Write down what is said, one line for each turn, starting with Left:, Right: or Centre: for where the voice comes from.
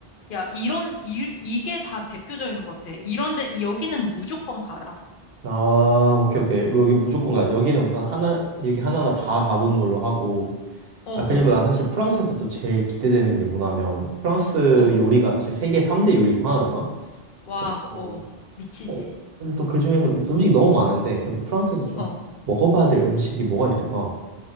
Left: 야, 이런, 이, 이게 다 대표적인 것 같아. 이런 데, 여기는 무조건 가라.
Right: 아, 오케이, 오케이. 여기 무조건 가. 여기는 우선 하나, 여기 하나하나 다 가보는 걸로 하고.
Left: 어, 어,
Right: 아, 그리고 난 사실 프랑스에서 또 제일 기대되는 게 뭐냐면, 프랑스
Left: 어.
Right: 요리가 사실 세계 3대 요리 중 하나잖아?
Left: 와,
Right: 그래서,
Left: 어. 미치지.
Right: 어, 근데 또 그 중에서 음식이 너무 많은데, 그래도 프랑스에서 좀
Left: 어.
Right: 먹어봐야 될 음식이 뭐가 있을까?